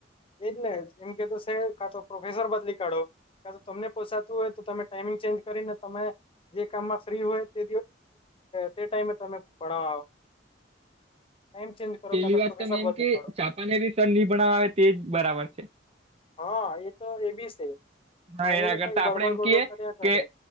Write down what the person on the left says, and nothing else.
એજ ને એમ કે તો કાતો પ્રોફેસર બદલી કાઢો કા તો તમને પોસાતું હોય તો તમે ટાઈમિંગ ચેન્જ કરીને તમે જે કામમાં ફ્રી હોય તે તે ટાઈમે તમે પડાવવા આવ <inaudible>
કા તો
પ્રોફેસર
બદલી
કાઢો
હા એ તો એ બી છે
આવીને
કઈ બળબડ
બડબડ
કર્યા
કરે